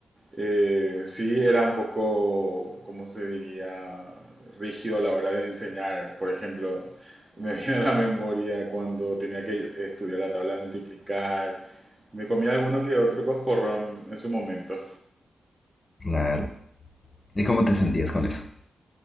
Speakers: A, on the right; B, on the left.
A: Eh, sí, era un poco, ¿cómo se diría?, rígido a la hora de enseñar. Por ejemplo, me <laughs> viene a la memoria cuando tenía que estudiar la tabla de multiplicar. Me comía alguno que otro coscorrón en su momento.
B: Claro. ¿Y cómo te sentías con eso?